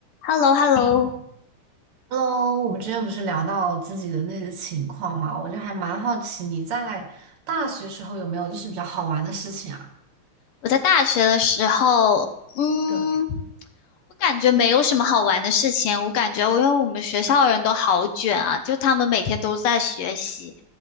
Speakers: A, on the left; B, on the right.
A: h e l l o h e l l o
B: Hello，我们之前不是聊到自己的那些情况嘛，我就还蛮好奇你在大学时候有没有就是比较好玩的事情啊？
A: 我在大学的时候，嗯，
B: 对，
A: 我感觉没有什么好玩的事情。我感觉我因为我们学校人都好卷啊，就他们每天都在学习，